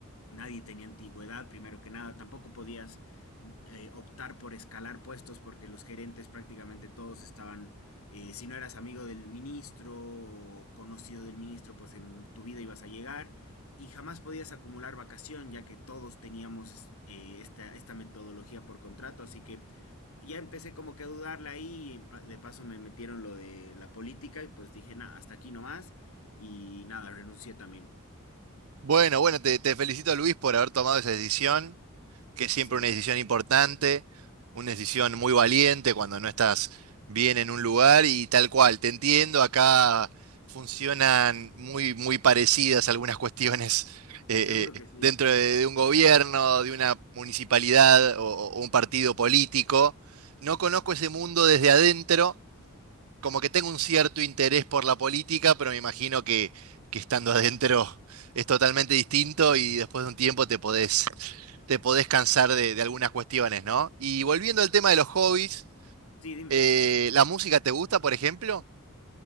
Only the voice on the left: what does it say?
Nadie tenía antigüedad, primero que nada. Tampoco podías eh, optar por escalar puestos porque los gerentes prácticamente todos estaban, eh, si no eras amigo del ministro o conocido del ministro, pues en tu vida ibas a llegar y jamás podías acumular vacación ya que todos teníamos eh, esta, esta metodología por contrato. Así que ya empecé como que a dudarla ahí, y pa- de paso me metieron lo de la política y pues dije, nada, hasta aquí nomás y nada, renuncié también.
Sí,
seguro
que sí.
Sí, dime.